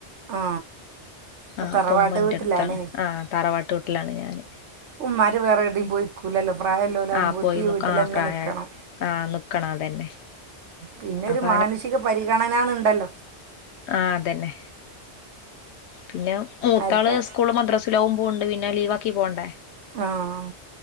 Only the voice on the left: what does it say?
ആ
അപ്പം ഉമ്മ ഇന്റെ
എട്ത്താണ് ആ തറവാട്ട് വീട്ടിലാണ് ഞാന്
ആഹ് പോയി
നിക്കും
ആഹ് പ്രായായ
ആഹ് നിക്കണം അതന്നെ
അപ്പൊ
ആ അതന്നെ പിന്നെ മൂത്താള്
സ്കൂൾളും മദ്രസ് ലും പോവ്ണ്ട് പിന്നെ ലീവാക്കി പോണ്ടേ